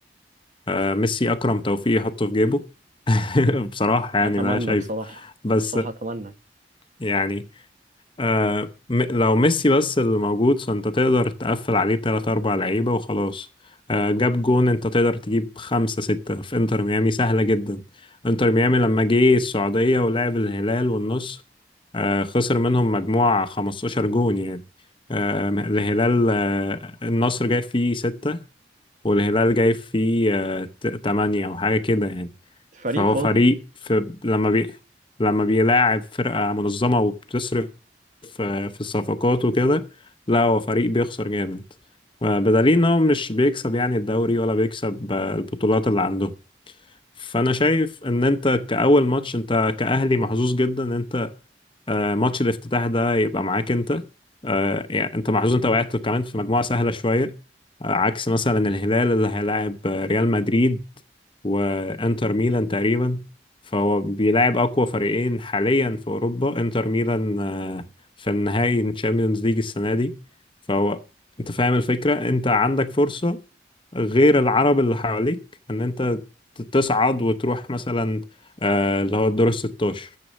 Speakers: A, on the left; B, on the right.
A: آه، ميسي اكرم توفيق يحطه في جيبه <laughs> بصراحه يعني
B: أتمنى
A: ده شايف
B: بصراحة
A: بس
B: بصراحة أتمنى
A: يعني آه م- لو ميسي بس اللي موجود فانت تقدر تقفل عليه تلات أربع لعيبة وخلاص آه جاب جون انت تقدر تجيب خمسة ستة في انتر ميامي سهلة جدا انتر ميامي لما جه السعودية ولعب الهلال والنصر آه خسر منهم مجموعة 15 جون يعني آه الهلال آه النصر جاي فيه ستة والهلال جاي فيه آه ت- تمانية أو حاجة كده يعني
B: فريق
A: فهو
B: فاضي
A: فريق في لما بي لما بيلاعب فرقة منظمة وبتصرف في في الصفقات وكده لا هو فريق بيخسر جامد بدليل ان هو مش بيكسب يعني الدوري ولا بيكسب آه، البطولات اللي عنده فانا شايف ان انت كأول ماتش انت كأهلي محظوظ جدا ان انت آه، ماتش الافتتاح ده يبقى معاك انت آه، يعني انت محظوظ انت وقعت كمان في مجموعة سهلة شوية آه، عكس مثلا الهلال اللي هيلاعب آه، ريال مدريد وانتر ميلان تقريبا فهو بيلاعب اقوى فريقين حاليا في اوروبا انتر ميلان آه، في النهائي الشامبيونز ليج السنة دي فهو انت فاهم الفكرة انت عندك فرصة غير العرب اللي حواليك ان انت تصعد وتروح مثلا آه، اللي هو الدور 16